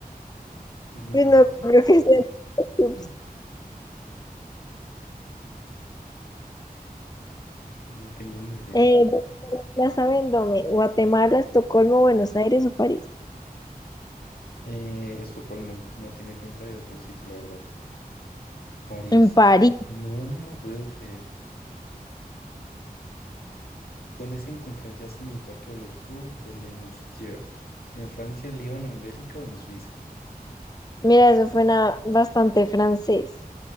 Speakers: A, on the left; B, on the left.
A: Mini
B: Yo no
A: y Audi.
B: creo que sea <laughs>
A: <laughs> No tengo ni idea.
B: Eh, Plaza Vendôme, Guatemala, Estocolmo, Buenos Aires o París.
A: Eh, Estocolmo no tiene pinta de otro sitio, la verdad. París,
B: En París.
A: no me lo puedo creer. ¿Dónde se encuentra el yacimiento arqueológico de Le Moustier? ¿En Francia, Líbano, en Bélgica o en Suiza?
B: Mira, eso suena bastante francés.